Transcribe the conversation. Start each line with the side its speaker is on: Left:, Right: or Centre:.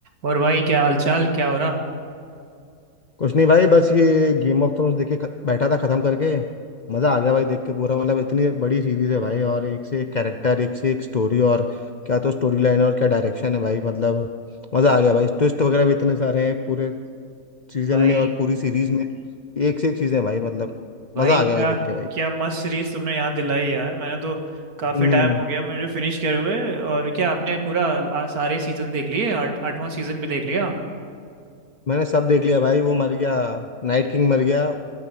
Right: और भाई क्या हालचाल क्या हो रहा
Left: कुछ नहीं भाई बस ये गेम ऑफ थ्रोन्स देख के ख- बैठा था खत्म करके मजा आ गया भाई देख के पूरा मतलब इतनी बड़ी सीरीज है भाई और एक से एक कैरेक्टर एक से एक स्टोरी और क्या तो स्टोरी लाइन और क्या डायरेक्शन है भाई मतलब मजा आ गया भाई ट्विस्ट वगैरह भी इतने सारे हैं पूरे सीजन
Right: भाई
Left: में और पूरी सीरीज में एक से एक चीजें हैं भाई मतलब
Right: भाई
Left: मजा
Right: क्या
Left: आ गया भाई देख के भाई
Right: क्या मस्त सीरीज तुमने यहाँ दिलाई यार मैंने तो काफी
Left: हम्म
Right: टाइम हो गया मुझे फिनिश करे हुए और क्या आपने पूरा आ, सारे सीजन देख लिए आठ आठवां सीजन भी देख लिया
Left: मैंने सब देख लिया भाई वो मर गया नाइट किंग मर गया